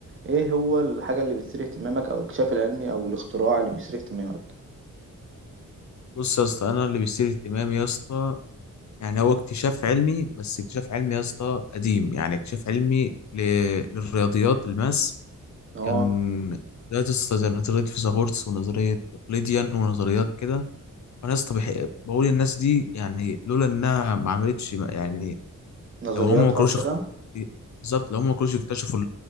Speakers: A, on the right; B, on the left.
A: إيه هو الحاجة اللي بتثير اهتمامك أو الاكتشاف العلمي أو الاختراع اللي بيثير اهتمامك؟
B: بص يا اسطى انا اللي بيثير اهتمامي يا اسطى يعني هو اكتشاف علمي بس اكتشاف علمي يا اسطى قديم يعني اكتشاف علمي ل... للرياضيات الماس
A: اه
B: كان نظريات يا اسطى زي نظريه فيثاغورس ونظريه اقليديان ونظريات كده انا يا اسطى بح- بقول الناس دي يعني لولا انها ما عملتش يعني
A: نظرياتها
B: لو هم ما كانوش
A: وكده
B: اخت- بالظبط لو هم ما كانوش يكتشفوا